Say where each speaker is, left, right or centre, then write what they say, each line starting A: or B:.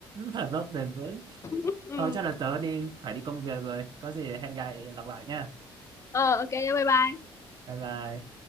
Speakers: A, on the right (about 45°); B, on the left (about 30°).
A: thở dốc bền vững
B: Ừ,
A: thôi chắc là tớ đi phải đi công việc rồi có gì hẹn gặp lại lặp lại nha
B: ờ, ok, bye bye.
A: bye bye